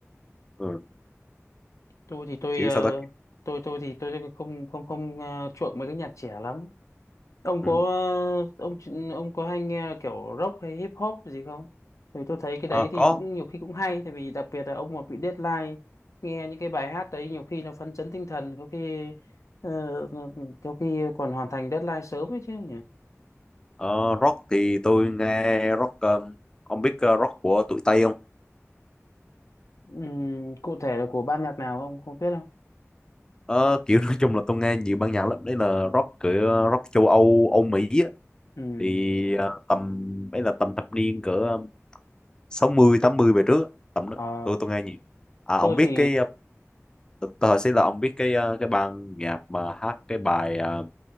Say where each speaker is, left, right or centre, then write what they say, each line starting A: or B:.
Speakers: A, on the left (about 15°); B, on the left (about 80°).
A: ừ.
B: tôi thì tôi
A: kiểu
B: ờ,
A: sao ta
B: tôi tôi thì tôi không không không ờ, chuộng mấy cái nhạc trẻ lắm ông
A: ừ.
B: có ờ, ông ông có hay nghe kiểu rock hay hip hop gì không vì tôi thấy cái
A: Ờ,
B: đấy thì
A: có
B: cũng nhiều khi cũng hay tại vì đặc biệt là ông mà bị deadline nghe những cái bài hát đấy nhiều khi nó phấn chấn tinh thần có khi ờ, có khi còn hoàn thành deadline sớm ấy chứ nhỉ
A: Ờ, rock thì tôi nghe rock ờ, ông biết ờ, rock của tụi Tây không
B: Ừm, cụ thể là của ban nhạc nào ông không biết không
A: Ờ, kiểu nói chung là tôi nghe nhiều ban nhạc lắm đấy là rock cửa rock châu Âu Âu Mỹ á.
B: Ừm.
A: thì ờ, tầm ấy là tầm thập niên cỡ ờ, sáu mươi tám mươi về trước á. tầm đó
B: Ờ,
A: tôi tôi nghe nhiều à ông
B: tôi
A: biết
B: thì
A: cái ờ, tôi tôi hỏi sẽ là ông biết cái ờ, cái ban nhạc mà hát cái bài ờ,